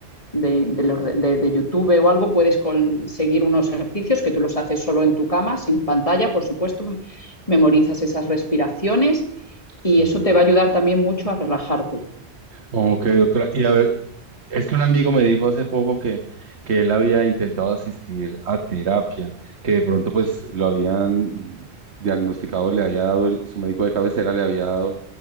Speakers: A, on the left; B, on the right.
A: de, de, de YouTube o algo puedes conseguir unos ejercicios que tú los haces solo en tu cama, sin pantalla, por supuesto, memorizas esas respiraciones
B: sí.
A: y eso te va a ayudar también mucho a relajarte.
B: Ok, doctora. Y a ver, Es que un amigo me dijo hace poco que, que él había intentado asistir a terapia, que de pronto pues lo habían diagnosticado, le había dado, el- su médico de cabecera le había dado